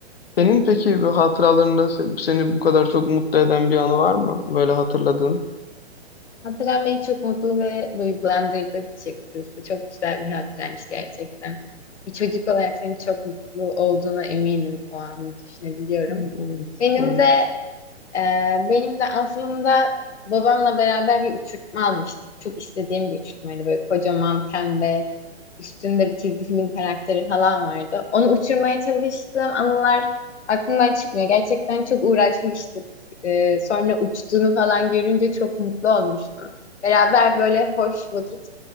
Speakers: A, on the left; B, on the left.
A: Senin peki bir hatıralarında se- seni bu kadar çok mutlu eden bir anı var mı? Böyle hatırladığın.
B: Hatıran beni çok mutlu ve duygulandırdı açıkçası. Çok güzel bir hatıraymış gerçekten. Bir çocuk olarak senin çok mutlu olduğuna eminim o anı düşünebiliyorum.
A: Evet,
B: Benim
A: evet.
B: de ee, benim de aslında babamla beraber bir uçurtma almıştık. Çok istediğim bir uçurtmaydı. Böyle kocaman pembe, üstünde bir çizgi film karakteri falan vardı. Onu uçurmaya çalıştığım anılar aklımdan çıkmıyor. Gerçekten çok uğraşmıştık. Ee, sonra uçtuğunu falan görünce çok mutlu olmuştum. Beraber böyle hoş vakit